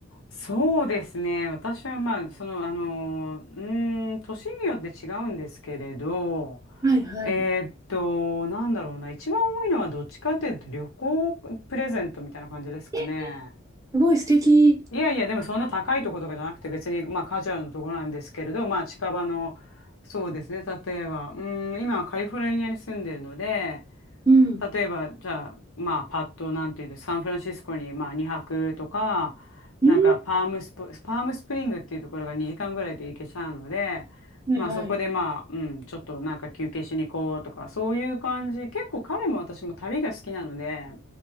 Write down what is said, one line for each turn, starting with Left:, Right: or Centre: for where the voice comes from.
Left: そうですね。私はまあ、その、あの、うーん、年によって違うんですけれど、
Right: はいはい。
Left: えーっと、なんだろうな。一番多いのはどっちかというと旅行プレゼントみたいな感じですかね。
Right: えすごい素敵。
Left: いやいや、でもそんな高いところとかじゃなくて別に、まあカジュアルなところなんですけれど、まあ近場の、そうですね。例えば、うーん、今はカリフォルニアに住んでるので、
Right: うん。
Left: 例えば、じゃあ、まあ、パッと、なんていうんです、サンフランシスコに、まあ、2泊とか、なんか、
Right: うん、
Left: パームスプ、パームスプリングっていうところが2時間ぐらいで行けちゃうので、
Right: はいはい。
Left: まあ、そこで、まあ、うん、ちょっとなんか休憩しに行こうとか、そういう感じ。結構彼も私も旅が好きなので、